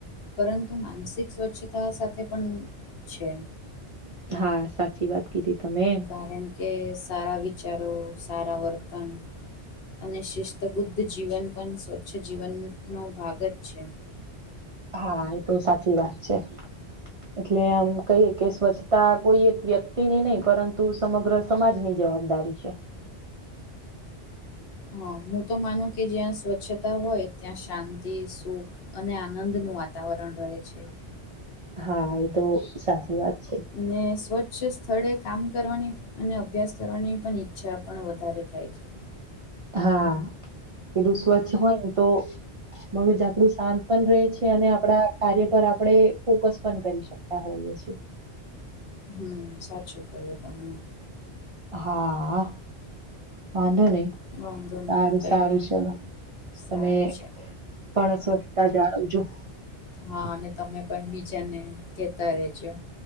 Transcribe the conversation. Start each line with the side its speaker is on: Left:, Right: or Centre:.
Left: પરંતુ માનસિક સ્વચ્છતા સાથે પણ છે.
Right: હા સાચી વાત કીધી તમે.
Left: કારણ કે સારા વિચારો સારા વર્તન અને શિસ્તબુદ્ધ જીવન પન સ્વચ્છ જીવનનોો ભાગ જ છે.
Right: હા એ તો સાચી વાત છે. એટલે આમ કહીએ કે સ્વચ્છતા કોઈ એક વ્યક્તિ ની નહી પરંતુ સમગ્ર સમાજ ની જવાબદારી છે.
Left: હા હું તો માનું કે જ્યાં સ્વચ્છતા હોય ત્યાં શાંતિ સુખ અને આનંદ નું વાતાવરણ રહે છે.
Right: હા એ તો સાચી વાત છે.
Left: અને સ્વચ્છ સ્થળે કામ કરવાની અને અભ્યાસ કરવાની પણ ઈચ્છા પણ વધારે થાય છે.
Right: હા પેલું સ્વચ્છ હોય ને તો મગજ આપડું શાંત પણ રહે છે અને આપડા કાર્ય પર આપડે ફોકસ પન કરી શક તા હોઈએ છે.
Left: હમ સાચું કરીએ તમને.
Right: હા વાંધો નહી.
Left: વાંધો
Right: સારું
Left: નહી કઈ
Right: સારું
Left: નહી
Right: ચલો
Left: સારું
Right: તમે
Left: છે
Right: પણ સ્વચ્તા જાળવજો.
Left: હા અને તમે પણ બીજાને કેતા રેજો.